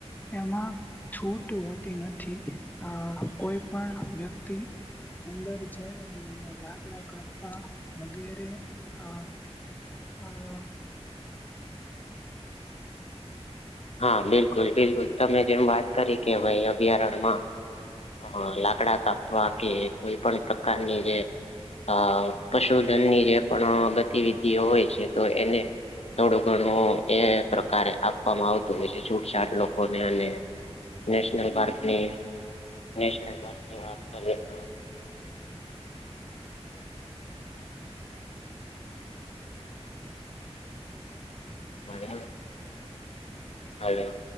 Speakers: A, on the left; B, on the left.
A: એમાં છૂટ હોતી નથી. અ કોઈ પણ વ્યક્તિ અંદર જઈ અને લાકડા કાપવા વગેરે અ અ
B: હા, બિલકુલ બિલકુલ, તમે જેમ વાત કરી કે ભાઈ અભયારણ્યમાં અ લાકડા કાપવા કે કોઈ પણ પ્રકારની જે અ પશુધનની જે પણ ગતિવિધિઓ હોય છે તો એને થોડું ઘણું એ પ્રકારે આપવામાં આવ તું હશે. છૂટછાટ લોકોને અને નેશનલ પાર્ક ની નેશનલ પાર્કની વાત કરીએ તો <unintelligible> હલો